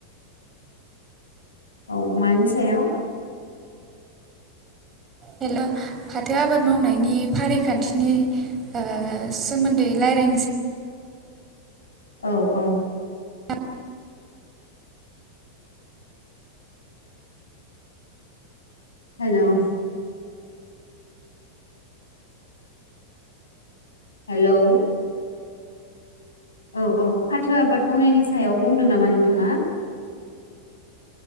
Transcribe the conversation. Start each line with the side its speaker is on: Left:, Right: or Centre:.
Left: औ मानि सायाव?
Right: हेल' फाथो आबाद मावनायनि फारिखान्थिनि ओ सोमोन्दै लायरायनोसै।
Left: औ औ
Right: नोंथाङा
Left: हेल'। हेल'। औ औ फाथो आबाद मावनायनि सायाव बुंदों नामा नोंथाङा?